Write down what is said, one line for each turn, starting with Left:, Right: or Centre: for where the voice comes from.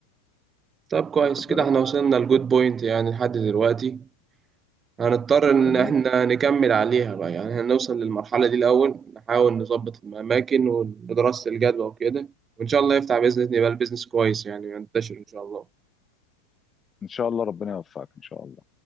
Right: طب كويس
Left: واخد
Right: كده
Left: بالك
Right: احنا وصلنا لجود بوينت يعني لحد دلوقتي هنضطر إن
Left: تمام
Right: إحنا نكمل عليها بقى يعني هنوصل للمرحلة دي الأول نحاول نظبط الأماكن ودراسة الجدوى وكده وإن شاء الله يفتح بإذن الله يبقى البيزنس كويس يعني ينتشر إن شاء الله
Left: ان شاء الله ربنا يوفقك ان شاء الله